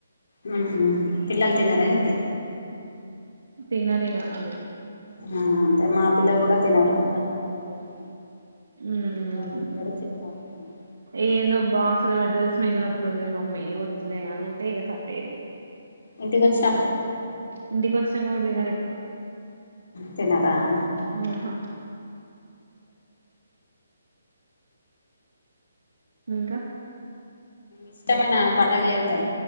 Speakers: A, on the left (about 60°); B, on the right (about 70°).
A: హహ పిల్లలు తిన్నరా ఏంటి
B: తిన్నరిగా అ
A: ఆ అదే మాపిల్లలు కూడా తినారు టమాట <inaudible> తి
B: హ్మ్
A: పెద్ద బాబ్ తిన్నాడు చిన్న పాప తినారు
B: ఏందో బాక్స్ లో పెడితే స్మెల్ వత్తది మమ్మీ ఏం వద్దులే అంటే ఇగ సప్పే
A: ఇంటికి వచ్చిన
B: ఇంటికి వచ్చినంక కూడ్ తినరిగ
A: తినదా <inaudible>
B: ఆహా ఇంకా
A: ఇష్టమేనా పండగ లేదన